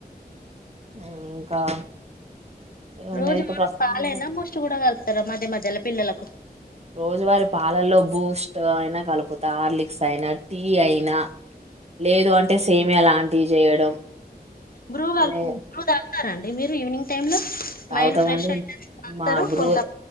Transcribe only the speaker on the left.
రోజు
పాలైనా బూస్ట్ కూడా కలుపుతారా మధ్య మధ్యలో పిల్లలకు
బ్రూ గల్పు
బ్రూ తగు స్తా అండి మీరు ఈవినింగ్ టైమ్ లో
మైండ్ ఫ్రెష్ అయితది అంటారు
కొంత